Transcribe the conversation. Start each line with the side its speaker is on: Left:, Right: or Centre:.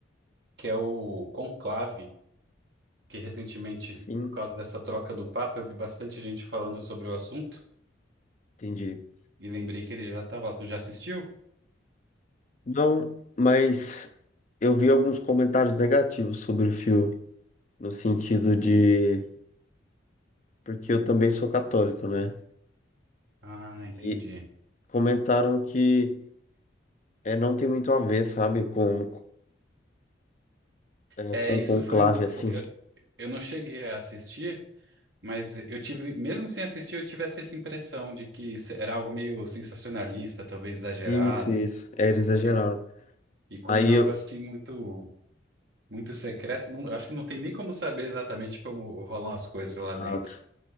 Right: que é o Conclave, que recentemente,
Left: sim,
Right: por causa dessa troca do Papa, eu vi bastante gente falando sobre o assunto
Left: entendi.
Right: e lembrei que ele já tava lá. Tu já assistiu?
Left: Não, mas eu vi alguns comentários negativos sobre o filme, no sentido de, porque eu também sou católico, né?
Right: Ah, entendi.
Left: E comentaram que é, não tem muito a ver, sabe, com, é,
Right: É,
Left: com
Right: isso
Left: conclave,
Right: foi um...
Left: assim.
Right: Foi, eu, eu não cheguei a assistir, Mas eu tive, mesmo sem assistir, eu tive essa essa impressão de que se- era algo meio sensacionalista, talvez exagerado.
Left: Isso, isso, era exagerado.
Right: E, co- e como
Left: Aí
Right: é algo
Left: eu,
Right: assim muito, muito secreto, não- eu acho que não tem nem como saber exatamente como rolam as coisas
Left: exato.
Right: lá dentro.